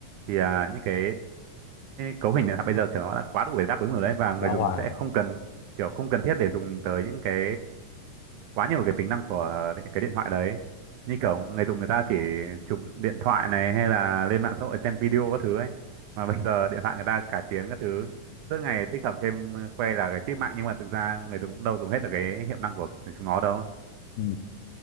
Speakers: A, on the right; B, on the left.
A: thì à, những cái cấu hình này bây giờ kiểu nó đã quá đủ để đáp ứng rồi đấy và người
B: Bão
A: dùng
B: hòa.
A: sẽ không cần kiểu không cần thiết để dùng tới những cái quá nhiều cái tính năng của đ- cái điện thoại đấy như kiểu người dùng người ta chỉ chụp điện thoại này hay là lên mạng xã hội xem video các thứ ấy mà bây giờ điện thoại người ta cải tiến các thứ suốt ngày tích hợp thêm ờ, khoe là cái chip mạnh nhưng mà thực ra người dùng cũng đâu dùng hết được cái hiệu năng của chúng nó đâu
B: Ừ.